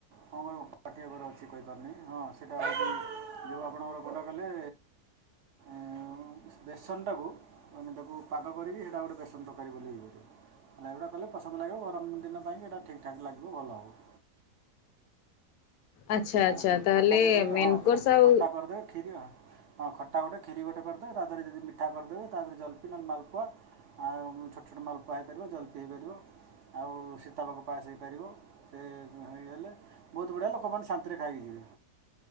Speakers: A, on the right (about 65°); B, on the left (about 75°).
A: କଣ କହିବୁ <unintelligible> ପାଟି ଅଗରେ ଅଛି କହିପାରୁନି ହଁ ସେଟା <unintelligible> ଯେଉଁ ଆପଣଙ୍କର କୋଉଟା କହିଲେ। ଏଁ ଆଉ ବେସନଟାକୁ ମାନେ ତାକୁ ପାଗ କରିକି ହେଟା ଗୋଟେ ବେସନ ତରକାରୀ ବୋଲି ହୋଇପାରିବ। ଏଉଡା କଲେ ପସନ୍ଦ ଲାଗିବ ଗରମ ଦିନ ପାଇଁ ଏଟା ଠିକ୍ ଠାକ୍ ଲାଗିବ ଭଲ ହବ।
B: ଆଚ୍ଛା ଆଚ୍ଛା
A: ଆଉ ହୋଉ
B: ତାହେଲେ
A: ଖଟାଟେ କରିବ
B: ମେନ୍
A: ହଁ ଖ-ଖଟା
B: କୋର୍ସ ଆଉ
A: କରିଦେବେ କ୍ଷୀର ହଁ। ହଁ ଖଟା ଗୋଟେ କ୍ଷିରୀ ଗୋଟେ କରିଦେବେ ତା ଦେହରେ ଯଦି ମିଠା କରିଦେବେ ତା ଦେହରେ ଜଲପି ନହଲେ ମାଲପୁଆ ଆଉ ଛୋଟ ଛୋଟ ମାଲପୁଆ ହେଇପାରିବ ଜଲପି ହେଇପାରିବ। ଆଉ ସୀତାବାଘ ପାସ୍ ହେଇପାରିବ। ସେ ହେଇଗଲେ ବୋହୁତ ବଢିଆ ଲୋକମାନେ ଶା ନ୍ତି ରେ ଖାଇକି ଯିବେ।